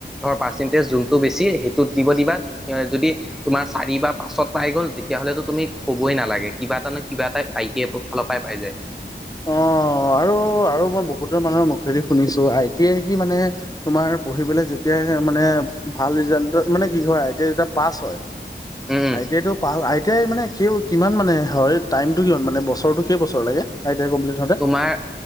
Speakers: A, in the centre; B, on the left (about 20°).
A: ধৰ পাৰ্চেন্টেজ যোনটো বেছি সেইটোত দিব দিবা, যদি তোমাৰ চাৰি বা পাচত পাই গ'ল তেতিয়াহ'লেতো তুমি ক'বই নালাগে কিবা এটা ন কিবা এটা আইটিৰ ফালৰ পৰাই পাই যায়।
B: অ' আৰু-আৰু মই বহুতৰ মানুহৰ মুখেদি শুনিছোঁ আই টি আই কি মানে তোমাৰ পঢ়িবলৈ এতিয়াই মানে ভাল ৰিজাল্টত মানে কি হয় আই টি আই যেতিয়া পাছ হয়
A: উম
B: আই টি আইটো পাছ আই টি আই মানে কি কিমান মানে হয় টাইমটো কিমান মানে বছৰটো কেই বছৰ লাগে? আই টি আই কমপ্লিট হওঁতে
A: তোমাৰ